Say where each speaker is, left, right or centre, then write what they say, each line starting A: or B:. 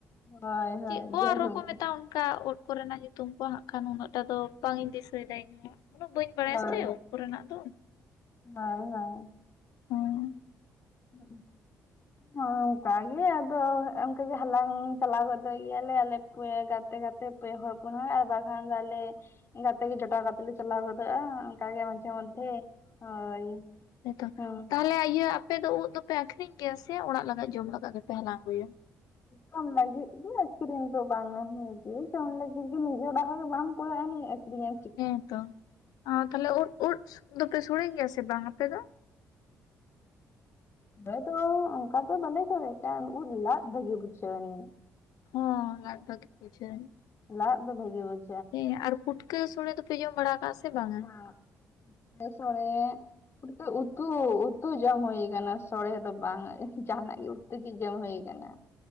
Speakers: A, on the left; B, on the left.
A: ᱦᱳᱭ᱾ ᱦᱳᱭ
B: ᱪᱮᱫ ᱠᱚ
A: ᱡᱟᱭᱦᱳᱠ
B: ᱟᱨᱦᱚ ᱠᱚ ᱢᱮᱛᱟᱜᱼᱟ ᱚᱱᱠᱟ ᱳᱫᱽ᱾ ᱠᱚᱨᱮᱱᱟᱜ ᱧᱩᱛᱩᱢ ᱠᱚ ᱦᱟᱸᱜ ᱠᱷᱟᱱ ᱩᱱᱟᱹᱜ ᱴᱟ ᱫᱚ ᱵᱟᱝ ᱤᱧ ᱫᱤᱥᱟᱹᱭᱮᱫᱟ ᱤᱧᱦᱚᱸ, ᱩᱱᱟᱹᱜ ᱵᱟᱹᱧ ᱵᱟᱲᱟᱭᱟ
A: ᱦᱳᱭ
B: ᱥᱮ᱾ ᱠᱚᱨᱮᱱᱟᱜ ᱫᱚ᱾
A: ᱦᱳᱭ ᱦᱳᱭ᱾
B: ᱦᱩᱸ᱾
A: <unintelligible> ᱚᱝᱠᱟ ᱜᱮ ᱟᱫᱚ ᱚᱝᱠᱟ ᱜᱮ ᱦᱟᱞᱟᱝ ᱪᱟᱞᱟᱣ ᱜᱚᱫᱚᱜ ᱜᱮᱭᱟᱞᱮ ᱟᱞᱮ ᱯᱮ ᱜᱟᱛᱮ ᱜᱟᱛᱮ᱾ ᱯᱮ ᱦᱚᱲ ᱯᱩᱱ ᱦᱚᱲ, ᱟᱨ ᱵᱟᱠᱷᱟᱱ ᱫᱚ ᱟᱞᱮ ᱜᱟᱛᱮ ᱜᱮ ᱡᱚᱴᱟᱣ ᱠᱟᱛᱮᱫ ᱞᱮ ᱪᱟᱞᱟᱣ ᱜᱚᱫᱚᱜ-ᱟ᱾ ᱠᱟ ᱜᱮ ᱢᱟᱡᱷᱮ ᱢᱚᱫᱷᱮ, ᱦᱳᱭ
B: ᱦᱮᱸ ᱛᱚ
A: ᱦᱩᱸ
B: ᱛᱟᱦᱟᱞᱮ ᱤᱭᱟᱹ ᱟᱯᱮ ᱫᱚ ᱩᱫ ᱫᱚᱯᱮ ᱟᱹᱠᱷᱨᱤᱧ ᱜᱮᱭᱟ ᱥᱮ ᱚᱲᱟᱜ ᱞᱟᱜᱟᱫ ᱡᱚᱢ ᱞᱟᱜᱟᱫ ᱜᱮ ᱯᱮ ᱦᱟᱞᱟᱝ ᱟᱹᱜᱩᱭᱟ?
A: ᱡᱚᱢ ᱞᱟᱹᱜᱤᱫ ᱜᱮ ᱟᱹᱠᱷᱨᱤᱧ ᱫᱚ ᱵᱟᱝᱟ, ᱱᱤᱡᱮ ᱡᱚᱢ ᱞᱟᱹᱜᱤᱫ ᱜᱮ <unintelligible> ᱚᱠᱚᱭᱟᱜ ᱞᱮ ᱟᱹᱠᱷᱨᱤᱧᱟ?
B: ᱦᱮᱸ ᱛᱚ, ᱛᱟᱦᱚᱸᱞᱮ ᱳᱫ ᱳᱫ ᱫᱚᱯᱮ ᱥᱳᱲᱮ ᱜᱮᱭᱟ ᱥᱮ ᱵᱟᱝ ᱟᱯᱮ ᱫᱚ?
A: ᱟᱞᱮ ᱫᱚ ᱚᱝᱠᱟ ᱫᱚ ᱵᱟᱞᱮ ᱥᱚᱲᱮ ᱛᱟᱦᱮᱸᱫ ᱩᱫ ᱞᱟᱫ ᱵᱷᱟᱹᱜᱤ ᱵᱩᱪᱷᱟᱹᱣ ᱟᱱᱤᱡ
B: ᱦᱚᱸ ᱞᱟᱫ ᱵᱷᱟᱜᱮ ᱵᱩᱡᱷᱟᱹᱣ ᱟᱱᱤᱡ
A: ᱞᱟᱫ ᱫᱚ ᱵᱷᱟᱹᱜᱤ ᱵᱩᱡ
B: ᱦᱮᱸ ᱟᱨ ᱯᱩᱴᱠᱟᱹ ᱥᱳᱲᱮ ᱫᱚᱯᱮ ᱡᱚᱢ ᱵᱟᱲᱟ ᱠᱟᱜ-ᱟ ᱥᱮ ᱵᱟᱝᱟ?
A: <inaudible> ᱥᱚᱲᱮᱻ ᱯᱩᱴᱠᱟᱹ ᱩᱛᱩ, ᱩᱛᱩ ᱡᱚᱢ ᱦᱳᱭ ᱠᱟᱱᱟ ᱥᱚᱲᱮ ᱫᱚ ᱵᱟᱝ, ᱡᱟᱦᱟᱸᱱᱟᱜ ᱜᱮ ᱛᱩᱜᱤ ᱡᱚᱢ ᱦᱳᱭ ᱠᱟᱱᱟ,